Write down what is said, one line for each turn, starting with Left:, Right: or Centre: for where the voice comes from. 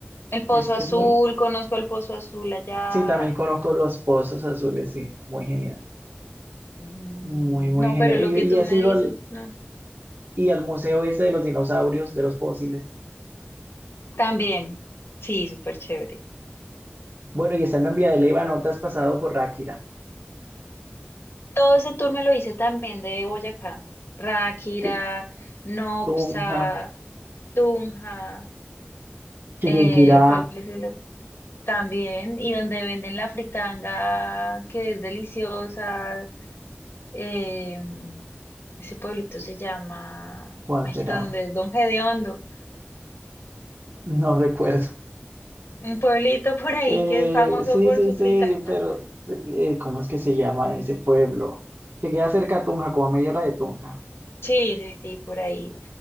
Left: El Pozo
Right: Es,
Left: Azul,
Right: es muy...
Left: conozco el Pozo Azul allá.
Right: Sí, también conozco los Pozos Azules, sí. Muy genial.
Left: Mm,
Right: Muy, muy
Left: No,
Right: genial.
Left: pero lo
Right: Y,
Left: que
Right: y
Left: tú
Right: has
Left: me
Right: ido
Left: dices,
Right: al,
Left: no.
Right: y al museo ese de los dinosaurios, de los fósiles.
Left: También, sí, súper chévere.
Right: Bueno, y estando en Vía de Leyva, ¿no te has pasado por Ráquira?
Left: Todo ese tour me lo hice también de Boyacá. Ráquira,
Right: Y
Left: Nopsa,
Right: Tunja,
Left: Tunja,
Right: Chiquinquirá,
Left: eh, ¿cuál es el otro? También, y donde venden la fritanga, que es deliciosa. eh, ese pueblito se llama,
Right: ¿cuál
Left: ay,
Right: será?
Left: donde es Don Gediondo,
Right: No recuerdo.
Left: un pueblito por ahí
Right: Eh,
Left: que es famoso
Right: sí,
Left: por
Right: sí,
Left: su
Right: sí,
Left: fritanga.
Right: pero sí, eh, ¿cómo es que se llama ese pueblo? Que queda cerca a Tunja, como a media hora de Tunja.
Left: Sí, sí, sí, por ahí.